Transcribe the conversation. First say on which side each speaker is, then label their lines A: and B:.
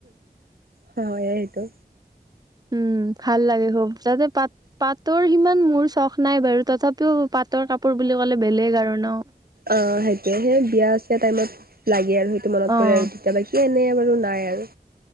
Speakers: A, on the right (about 65°); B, on the right (about 25°).
A: হয় এইটো
B: উম ভাল লাগে হব যাতে পাত পাতৰ সিমান মোৰ চখ নাই বাৰু তথাপিও পাত পাতৰ কাপোৰ বুলি ক'লে বেলেগ আৰু ন
A: অ সেইটোয়ে সেই বিয়া ছিয়া টাইমত লাগে আৰু সেইটো মনত
B: অ
A: পৰে আৰু তেতিয়া এ এনেই বাৰু নাই আৰু